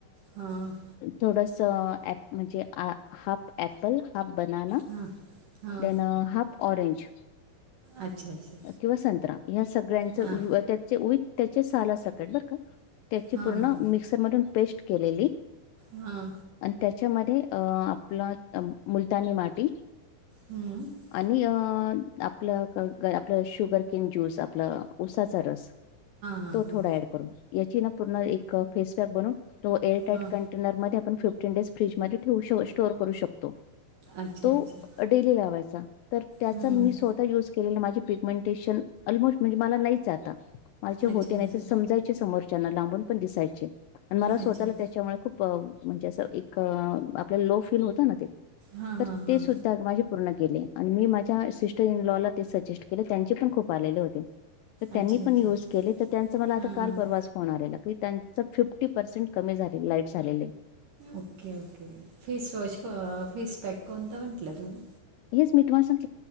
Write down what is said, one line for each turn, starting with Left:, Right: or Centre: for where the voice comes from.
Right: हां
Left: थोडस म्हणजे हाफ ऍपल हाफ बनाना
Right: हां हां
Left: देन हाफ ऑरेंज
Right: अच्छा अच्छा
Left: किंवा संत्रा ह्या सगळ्यांच
Right: हां
Left: त्याचे वि त्याचे साला सकट बर का त्याची
Right: हां
Left: पूर्ण
Right: हां
Left: मिक्सर मधून पेस्ट केलेली
Right: हां
Left: आणि त्या त्याच्यामध्ये आपला मुलतानी माती
Right: हां
Left: आणि आपलं आपलं शुगर किन ज्यूस आपला उसाचा रस
Right: हां
Left: तो
Right: हां
Left: थोडा ऍड करून याची ना पूर्ण एक फेस पॅक बनून तो एअर टाईट
Right: हां
Left: कंटेनरमध्ये आपण फिफ्टीन डेज फ्रीजमध्ये ठेवू स्टोअर करू शकतो.
Right: अच्छा
Left: तो
Right: अच्छा
Left: डेली लावायचा तर त्याचा
Right: हम्म
Left: मी स्वतः युज के माझे पिगमेंटेशन ऑलमोस्ट म्हणजे मला नाहीच आता मला जे
Right: अच्छा
Left: होते नाही
Right: अच्छा
Left: समजायचे समोर ज्यांना लांबून पण दिसायचे आणि मला स्वतःला
Right: अच्छा
Left: त्याच्यामुळे खूप म्हणजे असं एक आपल्याला लो फीलल होत ना ते
Right: हां
Left: तर
Right: हां हां
Left: ते सुद्धा माझे पूर्ण गेले आणि मी माझ्या सिस्टर इन लॉ ला ते सजेस्ट केले त्यांचे पण खूप आलेले केले होते तर त्यांनी
Right: अच्छा
Left: पण
Right: अच्छा
Left: युज केले तर त्यांचं मला
Right: हां
Left: काल परवाच फोन आलेला त्यांच फिफ्टी पर्सेंट कमी झाल लाईट झालेले
Right: ओके ओके फेसवॉश फेसपॅक कोणता म्हटलं तुम्ही
Left: येस मी तुम्हाला सांगते